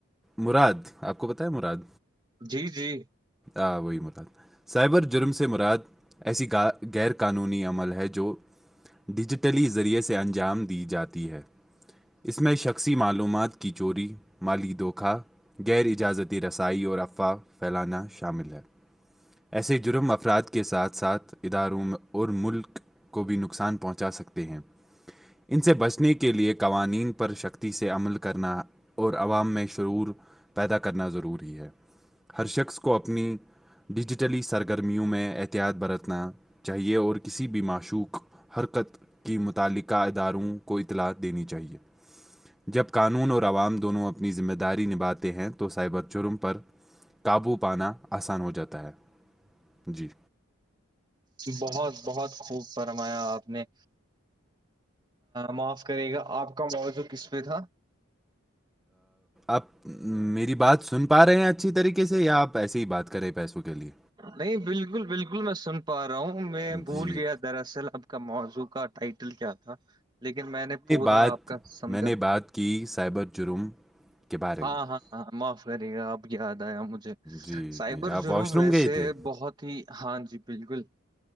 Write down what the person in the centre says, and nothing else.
مراد آپ کو بتیا مراد
آ وہی ملاب سائبر جرم سے مراد ایسی غیر قانونی عمل ہے جو ڈیجیٹلی ذریعے سے انجام دی جاتی ہے اس میں شکل اسی معلومات کی چوری مالی دھوکھا غیر اجازتی رسائی اور افواہ پھیلانا شامل ہے ایسے جرم افراد کے ساتھ ساتھ اداروں میں اور ملک کو بھی نقصان پہنچا سکتے ہیں ان سے بچنے کے لئے قوانین پر شختی سے عمل کرنا اور عوام میں شعور پیدا کرنا ضروری ہے ہر شخص کو اپنی ڈیجیٹلی سرگرمیوں میں احتیاط برتنا چاہیے اور کسی بھی معشوق حرکت کی متعلقہ اداروں کو اطلاع دینی چاہیے جب قانون اور عوام دونوں اپنی ذمہ داری نبھے ہیں تو سائبر چرم پر قابو پانا آسان ہو جاتا ہے جی
آپ میری بات سن پا رہے ہیں اچھی طریقے سے یا آپ ایسے ہی بات کریں پیسوں کے لیے
جی
بات
میں نے بات کی سائبر جرم کے بارے
میں
جی
جی آپ
واش روم
گئے تھے